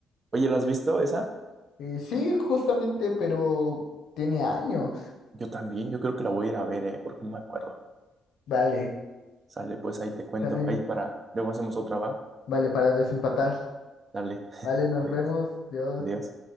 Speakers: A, on the right; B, on the left.
A: Oye, ¿la has visto esa?
B: Eh, sí, justamente, pero tiene años.
A: Yo también, yo creo que la voy a ir a ver, ¿eh? Porque no me acuerdo.
B: Vale,
A: Sale, pues ahí te cuento.
B: sale,
A: Ahí para, luego hacemos otra, ¿va?
B: vale para desempatar.
A: Dale. <laughs>
B: Vale, nos
A: Adiós.
B: vemos. Dios.
A: Adiós.